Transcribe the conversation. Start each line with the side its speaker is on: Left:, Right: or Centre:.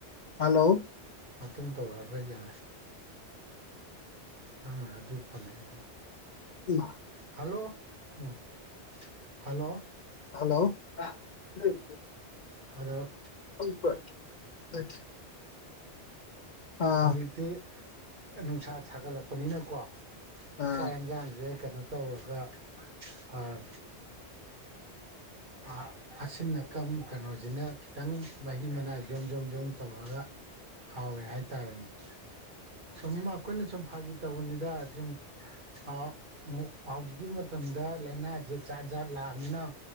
Left: ꯍꯜꯂꯣ
Right: ꯃꯇꯨꯡ ꯇꯧꯔꯛꯑꯔꯣꯏ ꯌꯥꯔꯦ ꯅꯪꯅ ꯑꯗꯨ ꯄꯜꯂꯛꯏꯗꯣ
Left: ꯏꯃꯥ
Right: ꯍꯜꯂꯣ ꯎꯝ ꯍꯜꯂꯣ
Left: ꯍꯜꯂꯣ <unintelligible>
Right: ꯍꯂꯣ
Left: <unintelligible> ꯑꯥ
Right: ꯍꯧꯖꯤꯛꯇꯤ ꯅꯨꯡꯁꯥ ꯁꯥꯒꯠꯂꯛꯄꯅꯤꯅꯀꯣ
Left: ꯑꯥ
Right: ꯆꯥꯛ ꯌꯦꯟꯖꯥꯥꯡꯖꯦ ꯀꯩꯅꯣ ꯇꯧꯔꯒ ꯑꯥ <unintelligible> ꯑꯁꯤꯟ ꯑꯀꯪ ꯀꯩꯅꯣꯖꯤꯅ ꯈꯤꯇꯪ ꯃꯍꯤ ꯃꯅꯥꯏ ꯖꯣꯝ ꯖꯣꯝ ꯖꯣꯝ ꯇꯧꯔꯒ ꯍꯥꯎꯋꯦ ꯍꯥꯏꯇꯥꯔꯦꯅꯦ ꯁꯨꯝ ꯑꯩꯈꯣꯏꯅ ꯁꯨꯝ ꯐꯥꯒꯤ ꯇꯧꯕꯅꯤꯗ ꯁꯨꯝ <unintelligible> ꯍꯧꯖꯤꯛꯀꯤ ꯃꯇꯝꯗ ꯂꯥꯏꯅꯥꯖꯦ ꯖꯥꯠ ꯖꯥꯠ ꯂꯥꯛꯑꯃꯤꯅꯥ